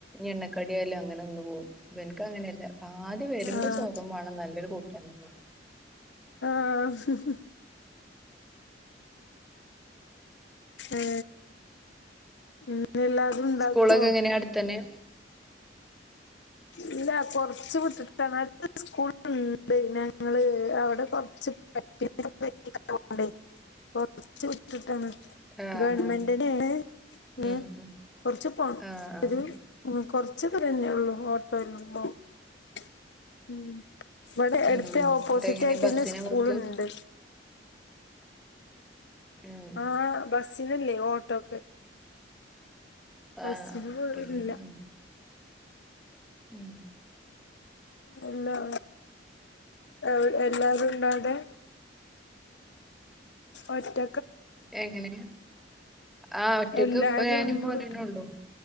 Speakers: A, in the centre; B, on the left.
A: എണ്ണക്കടിയായാലും അങ്ങനെ തിന്നു പോകും ഇവനക് അങ്ങനെയല്ല. ആദ്യ വരുമ്പോ
B: ആഹ്
A: ചോറും വാണം നല്ലൊരു കൂട്ടാനും വാണം.
B: ആ ഹ്ഹ്ഹ്. ആ.. ഇ എല്ലാതും ഉണ്ടാകോ?
A: സ്കൂളൊക്കെ എങ്ങനെയാ അടുത്തന്നെ
B: ഇല്ല കൊറച്ച് <unintelligible> സ്കൂളുണ്ട് ഞങ്ങള് അവിടെ കൊറച്ച് പണ്ടേ <unintelligible> കൊർച് വിട്ടിട്ടാണ്.
A: ആഹ്
B: ഗവണ്മെന്റന്നെ
A: ആഹ്
B: ആണ്
A: ഉം
B: ൻ
A: ഉം
B: കൊറച്ച് പോണം
A: ആഹ് ആഹ്
B: ഒരു കൊറച്ച് ദൂരന്നേ ഉള്ളൂ ഓട്ടോ <unintelligible> ഉം ഇവടെ
A: ഉം
B: അടുത്ത് ഓപ്പോസിറ്റ്
A: എന്നിട്ട് എങ്ങനെ
B: ആയിട്ട
A: ബസ്സിനാ
B: ന്നെ സ്കൂളുണ്ട്.
A: പോക്ക് ഉം
B: ആ ബസിനല്ലേ ഓട്ടോക്ക്. ബസ്സിൽ
A: ആഹ് ആഹ്
B: <unintelligible>
A: ഓട്ടോയില്
B: ഇല്ല.
A: ഉം ഉം
B: എല്ലാ എ എല്ലാരും ഉണ്ടോവടെ? ഒറ്റ
A: എങ്ങനെ ആ ഒറ്റക്ക്
B: എല്ലാരും
A: ഇപ്പൊ ഞാനും
B: ഉണ്ട്
A: മോനൊന്നെള്ളു.
B: വീട്ടി